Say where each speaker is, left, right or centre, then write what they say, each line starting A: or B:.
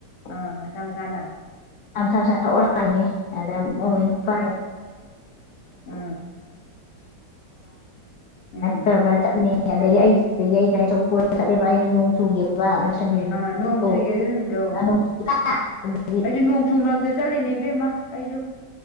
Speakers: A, on the left; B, on the left.
A: ꯑꯥ ꯃꯁꯥ ꯃꯁꯥꯅ꯫
B: ꯑ ꯃꯁꯥ ꯃꯁꯥ ꯊꯧꯔ ꯂꯥꯛꯏꯅꯤ ꯑꯗ
A: ꯎꯝ
B: ꯃꯃꯣꯏ ꯅꯨꯄꯥ꯫
A: ꯎꯝ ꯎꯝ
B: <inaudible> <inaudible> <inaudible> <inaudible>
A: ꯑꯥ ꯅꯣꯡ ꯆꯨꯏꯌꯦ ꯑꯗꯨ ꯅꯨꯃꯤꯠꯇꯣ ꯑꯩꯁꯨ ꯅꯣꯡꯆꯨ ꯃꯔꯛꯇ ꯆꯠꯂꯤꯅꯦ ꯏꯕꯦꯝꯃ ꯑꯩꯁꯨ꯫